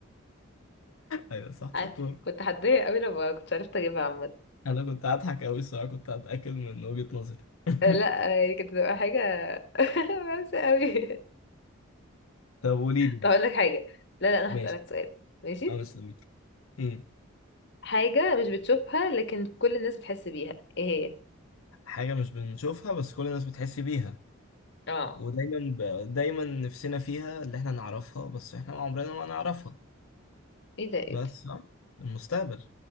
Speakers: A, on the left (about 80°); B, on the left (about 55°).
A: ايوه صح
B: ع-
A: شطور
B: كنت هتضايق قوي لما كنت عرفت اجيبها عامة
A: انا كنت هضحك قوي الصراحة كنت هتأكد من وجهة نظري <laughs>
B: آه، لا هي كانت هتبقى حاجة <laughs> وحشة قوي
A: طب قولي لي
B: طب اقول لك حاجة لا لا انا
A: ماشي
B: هسألك سؤال ماشي
A: انا مستنيك أمم.
B: حاجة مش بتشوفها لكن كل الناس بتحس بيها ايه هي
A: حاجة مش بنشوفها بس كل الناس بتحس بيها
B: اه
A: ودايما ب... دايما نفسنا فيها اللي احنا نعرفها بس احنا عمرنا ما نعرفها
B: ايه ده ايه
A: بس
B: ده
A: آه، المستقبل